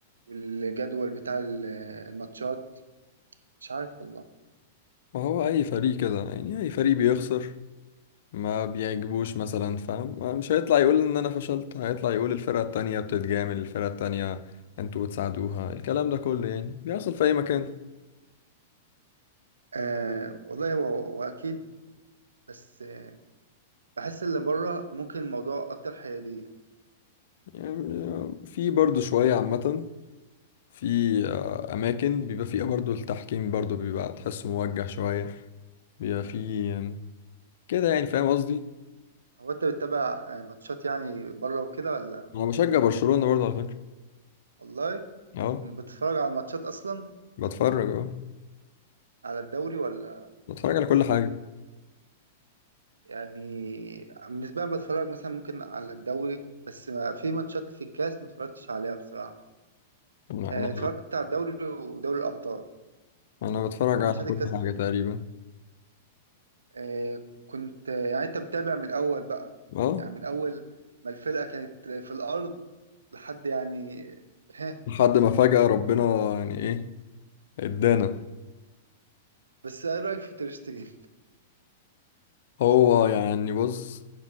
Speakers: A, on the right; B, on the left.
A: والجدول بتاع ال- الماتشات مش عارف والله
B: ما هو اي فريق كده يعني اي فريق بيخسر ما بيعجبوش مثلا فاهم مش هيطلع يقول ان انا فشلت هيطلع يقول الفرقة التانية بتتجامل الفرقة التانية انتوا بتساعدوها الكلام ده كله يعني بيحصل في اي مكان
A: آه والله هو واكيد بس آه بحس اللي بره ممكن الموضوع اكتر حياديه
B: يعني في برضو شوية عامة في آه، اماكن بيبقى فيها برضو التحكيم برضو بيبقى تحسه موجه شوية بيبقى فيه آم، كده يعني فاهم قصدي
A: هو انت بتتابع آه، ماتشات يعني بره وكده ولا
B: انا بشجع برشلونة برضو على فكرة
A: والله
B: اه
A: أم بتتفرج على ماتشات اصلا
B: بتفرج اه
A: على الدوري ولا
B: بتفرج على كل حاجة
A: يعني بالنسبه لي بتفرج مثلا ممكن على الدوري بس ما في ماتشات في الكاس ما اتفرجتش عليها بصراحه
B: يعني
A: آه
B: انا
A: اتفرجت على الدوري ودوري الابطال
B: انا بتفرج
A: اما ماتشات
B: على كل
A: الكاس
B: حاجة تقريبا
A: آه، كنت يعني انت متابع من الاول بقى
B: اه
A: يعني من اول ما الفرقه كانت في الارض لحد يعني ها
B: لحد ما فجأة ربنا يعني ايه ادانا
A: بس ايه رايك في تيرشتجن
B: هو يعني بص